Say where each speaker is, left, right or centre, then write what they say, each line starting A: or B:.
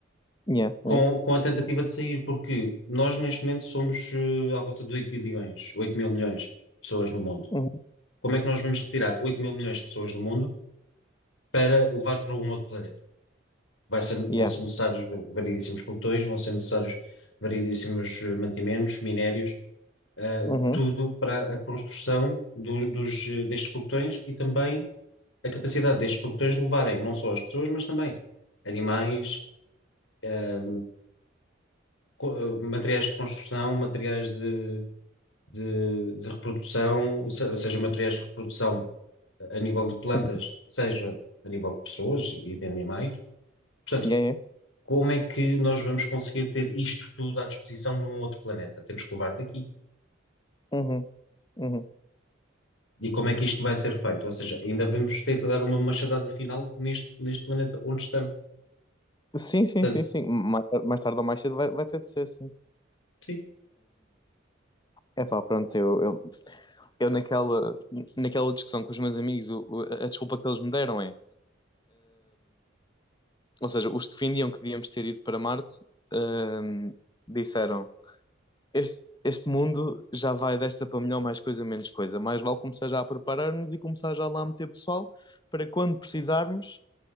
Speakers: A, on the left; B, on the left.
A: Yeah,
B: com,
A: yeah,
B: com a tentativa de sair, porque nós neste momento somos eh, à volta de 8 bilhões, 8 mil milhões de pessoas no mundo.
A: uhum,
B: Como é que nós vamos retirar 8 mil milhões de pessoas do mundo para levar para um outro planeta? Vai ser- vão
A: yeah,
B: ser necessários va- variedíssimos pelotões, vão ser necessários variedíssimos eh, mantimentos, minérios, eh,
A: uhum,
B: tudo para a construção dos, dos, eh, destes pelotões e também a capacidade destes pelotões de levarem não só as pessoas, mas também animais, eh, co- materiais de construção, materiais de, de, de reprodução, se- seja materiais de reprodução a nível de plantas,
A: uhum,
B: seja a nível de pessoas e de animais. Portanto,
A: yeah, yeah,
B: como é que nós vamos conseguir ter isto tudo à disposição num outro planeta? Temos que levar daqui.
A: uhum, uhum.
B: E como é que isto vai ser feito? Ou seja, ainda vamos ter que dar uma machadada final neste, neste planeta onde estamos.
A: Sim, sim,
B: Portanto,
A: sim, sim. Mais, tar- mais tarde ou mais cedo vai, vai ter de ser assim.
B: sim,
A: é pá, pronto, eu, eu, eu naquela, naquela discussão com os meus amigos, o- o- a desculpa que eles me deram é. ou seja, os que defendiam que devíamos ter ido para Marte, hum, disseram: este, este mundo já vai desta para melhor, mais coisa, menos coisa. Mais vale começar já a preparar-nos e começar já lá a meter pessoal para quando precisarmos,